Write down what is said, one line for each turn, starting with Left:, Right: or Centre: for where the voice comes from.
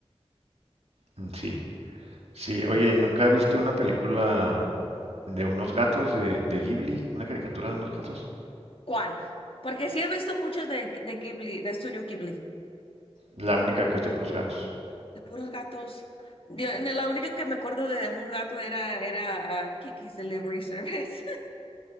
Right: mm, sí. Sí, oye, ¿nunca viste una película de unos gatos de, de Ghibli, una caricatura de unos gatos.
Left: ¿Cuál? Porque sí he visto muchas de, de Ghibli, de Studio Ghibli,
Right: La única que es de puros gatos.
Left: de puros gatos. Yo- no, la única que me acuerdo de un gato era, era ah, Kiki's Delivery Service. <laughs>